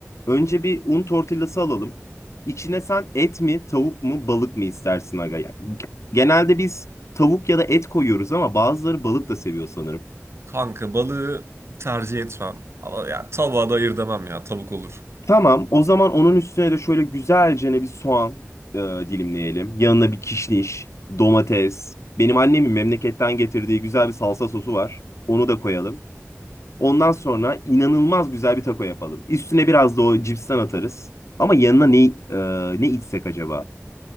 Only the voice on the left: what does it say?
Önce bir un tortillası alalım. İçine sen et mi, tavuk mu, balık mı istersin aga? Yani genelde biz tavuk ya da et koyuyoruz ama bazıları balık da seviyor sanırım.
Tamam, o zaman onun üstüne de şöyle güzelce bir soğan e, dilimleyelim. Yanına bir kişniş, domates. Benim annemin memleketten getirdiği güzel bir salsa sosu var. Onu da koyalım. Ondan sonra inanılmaz güzel bir taco yapalım. Üstüne biraz da o cipsten atarız. Ama yanına ne e, ne içsek acaba?